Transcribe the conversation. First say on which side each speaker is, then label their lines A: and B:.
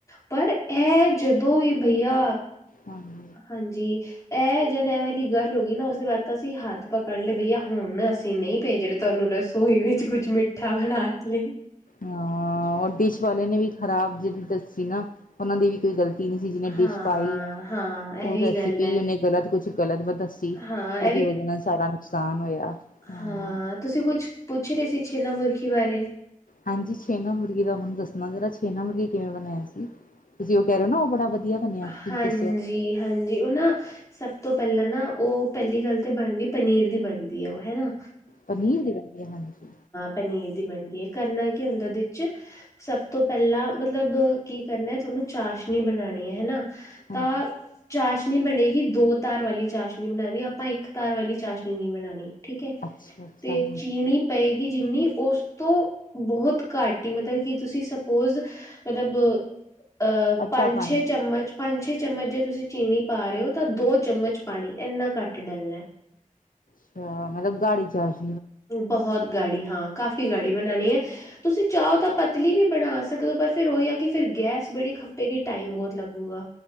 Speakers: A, on the left (about 25°); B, on the left (about 80°).
A: ਪਰ ਇਹ ਜਦੋਂ ਵੀ ਭਈਆ
B: ਹਾਂ।
A: ਹਾਂਜੀ ਇਹ ਜਦ ਐ ਵਾਲੀ ਗੱਲ ਹੋ ਗਈ ਨਾ ਉਸਦੇ ਬਾਅਦ ਤਾਂ ਅਸੀਂ ਹੱਥ ਪਕੜ ਲਏ ਬਈਆ ਹੁਣ ਅਸੀਂ ਨਈ ਭੇਜਰੇ ਤੁਹਾਨੂੰ ਰਸੋਈ ਵਿੱਚ ਕੁੱਝ ਮਿੱਠਾ ਬਣਾਉਣ ਲਈ।
B: ਹਾਂ ਔਰ ਡਿਸ਼ ਵਾਲੇ ਨੇ ਵੀ ਖ਼ਰਾਬ ਜਿਹੜੀ ਦੱਸੀ ਨਾ ਉਹਨਾਂ ਦੀ ਵੀ ਕੋਈ ਗਲਤੀ ਨਹੀਂ ਸੀ ਜਿਹਨੇ
A: ਹਾਂ
B: ਡਿਸ਼ ਪਾਈ
A: ਹਾਂ
B: ਉਹ
A: ਇਹ ਵੀ
B: ਰੈਸਿਪੀ
A: ਗੱਲ ਹੈ
B: ਉਹਨੇ ਗ਼ਲਤ ਕੁਛ ਗਲਤ ਵ ਦੱਸ
A: ਹਾਂ
B: ਉਹਦੀ ਵਜਾ ਨਾਲ ਸਾਰਾ ਨੁਕਸਾਨ ਹੋਇਆ। ਹਾਂ
A: ਹਂ, ਤੁਸੀਂ ਕੁਛ ਪੁੱਛ ਰਹੇ ਸੀ ਛੇਨਾ ਮੁਰਖੀ ਬਾਰੇ
B: ਹਾਂਜੀ। ਛੇਨਾ ਮੁਰਗੀ ਦਾ ਮੈਨੂੰ ਦੱਸਣਾ ਜਰਾ ਛੇਨਾ ਮੁਰਗੀ ਕਿਵੇਂ ਬਣਾਇਆ ਸੀ। ਤੁਸੀਂ ਉਹ ਕਹਿ ਰਹੇ ਨਾ ਉਹ ਬੜਾ ਵਧੀਆ ਵਧੀਆ ਬੰਨਿਆ,
A: ਹਾਂਜੀ,
B: ਤੁਸੀਂ ਦੱਸਿਆ।
A: ਹਾਂਜੀ, ਉਹ ਨਾ ਸਭ ਤੋਂ ਪਹਿਲਾਂ ਨਾ ਉਹ ਪਹਿਲੀ ਗੱਲ ਤੇ ਬਣਦੀ ਪਨੀਰ ਦੀ ਬਣਦੀ ਏ ਉਹ ਹਨਾਂ।
B: ਪਨੀਰ ਦੀ ਬਣਾਦੀ ਏ, ਹਾਂਜੀ।
A: ਪਨੀਰ ਦੀ ਬਣਦੀ ਐ। ਕਰਨਾ ਕੀ ਹੁੰਦਾ ਉਹਦੇ ਵਿੱਚ ਸਭ ਤੋਂ ਪਹਿਲਾਂ ਮਤਲਬ ਕੀ ਕਰਨਾ ਤੁਹਾਨੂੰ ਚਾਸ਼ਨੀ ਬਣਾਣੀ ਐ ਹੈਨਾਂ।
B: ਹਾਂਜੀ
A: ਤਾਂ ਚਾਸ਼ਨੀ ਬਣੇਗੀ ਦੋ ਧਾਰ ਵਾਲੀ ਚਾਸ਼ਨੀ ਬਣਾਣੀ ਆਪਾਂ ਇੱਕ ਧਾਰ ਵਾਲੀ ਚਾਸ਼ਨੀ ਨਈਂ ਬਣਾਣੀ। ਠੀਕ ਐ
B: ਅੱਛਾ ਅੱਛਾ
A: ਤੇ
B: ਹਾਂਜੀ
A: ਚੀਣੀ ਪਏਗੀ ਜਿੰਨੀ ਉਸ ਤੋਂ ਬੋਤ ਘੱਟ ਈ ਮਤਲਬ ਕਿ ਤੁਸੀਂ ਸਪੋਜ਼ ਮਤਲਬ, ਅਹ
B: ਅੱਧਾ
A: ਪੰਜ-ਛੇ
B: ਪਾਣੀ
A: ਚਮਚ ਪੰਜ-ਛੇ ਚਮਚ ਜੇ ਤੁਸੀਂ ਚੀਣੀ ਪਾ ਰਹੇ ਔ ਤਾਂ ਦੋ ਚਮਚ ਪਾਣੀ, ਇੰਨਾ ਘੱਟ ਡਲਣਾ।
B: ਅੱਛਾ। ਮਤਲਬ ਗਾੜੀ ਚਾਛ
A: ਬਹੁਤ ਗਾੜੀ ਹਾਂ, ਕਾਫ਼ੀ ਗਾੜੀ ਬਣਾਣੀ ਐ, ਤੁਸੀਂ ਚਾਹੋ ਤਾਂ ਪਤਲੀ ਵੀ ਬਣਾ ਸਕਦੇ। ਪਰ ਫਿਰ ਉਹੀ ਆ ਕਿ ਫਿਰ ਗੈਸ ਬੜੀ ਖੱਪੇਗੀ ਟਾਈਮ ਬੋਤ ਲੱਗੂਗਾ।